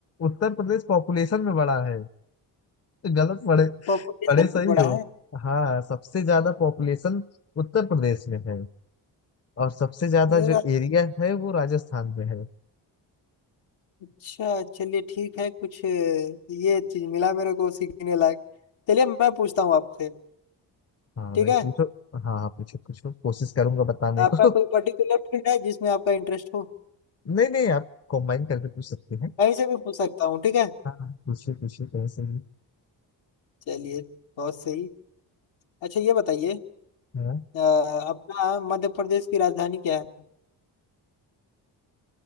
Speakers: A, on the left; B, on the left.
A: उत्तर प्रदेश पॉपुलेशन में बड़ा है तो गलत पड़े
B: पॉपुलेशन
A: बड़े सही
B: में बड़ा
A: हो हाँ सबसे ज्यादा पॉपुलेशन उत्तर प्रदेश में है और सबसे ज्यादा
B: है
A: जो एरिया है वो राजस्थान में है
B: अच्छा चलिए ठीक है कुछ अ, ये चीज मिला मेरे को सीखने लायक चलिए मैं पूछता हूँ आपसे
A: हाँ
B: ठीक
A: भाई
B: है
A: पूछो हाँ हाँ पूछो पूछो कोशिश करूंगा बताने
B: आपका
A: को
B: कोई पर्टिकुलर फील्ड है जिसमें आपका इंटरेस्ट हो
A: <laughs> नहीं नहीं आप कंबाइन करके पूछ सकते हैं
B: कहीं से भी पूछ सकता हूँ ठीक है
A: हाँ हाँ, पूछिए पूछिए कहीं से भी
B: चलिए बहुत सही अच्छा ये बताइए
A: हाँ
B: अ, अपना मध्य प्रदेश की राजधानी क्या है